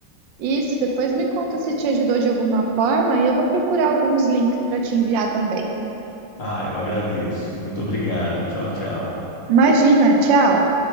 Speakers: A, on the right; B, on the left.
A: Isso, depois me conta se te ajudou de alguma forma e eu vou procurar alguns links para te enviar também.
B: Ah, eu agradeço. Muito obrigado. Tchau, tchau.
A: Imagina, tchau.